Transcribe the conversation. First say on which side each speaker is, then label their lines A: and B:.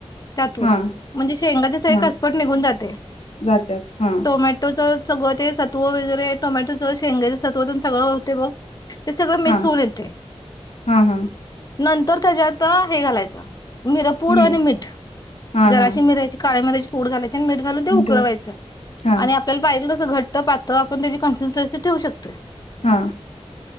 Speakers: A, on the left (about 35°); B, on the left (about 80°).
A: त्यातून
B: हा
A: म्हणजे शेंगाचे सग
B: हा
A: कसपट निघून जाते
B: जात्यात हा
A: टोमॅटोच. सगळं ते तो वगैरे टोमॅटोच शेंग्याचं तत्वचण सगळं होते ब. ते सगळं मिक्स
B: हा
A: होऊन येते.
B: हा हा
A: नंतर त्याच्यात हे घालायचं. मिर पूड
B: मी
A: आणि मीठ
B: हा
A: जराशी
B: हा
A: मिरायची काळे मिरायची. होोड गा. मीठ घालून
B: मी
A: उकयच
B: ठेवू हा
A: आणि आपल्याला पा घट्ट तर आपण त्याची कॉन्ट्रेसी ठेू शकतोय
B: हा